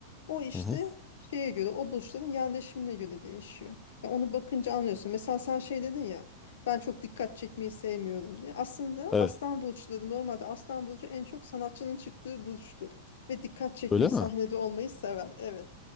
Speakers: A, on the left; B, on the left.
A: O işte
B: hı hı.
A: şeye göre o burçların yerleşimine göre değişiyor. Ya onu bakınca anlıyorsun. Mesela sen şey dedin ya ben çok dikkat çekmeyi sevmiyorum diye. Aslında
B: Evet.
A: aslan burçları normalde aslan burcu en çok sanatçının çıktığı burçtur. Ve dikkat çekmeyi
B: Öyle
A: sahnede
B: mi?
A: olmayı sever. Evet.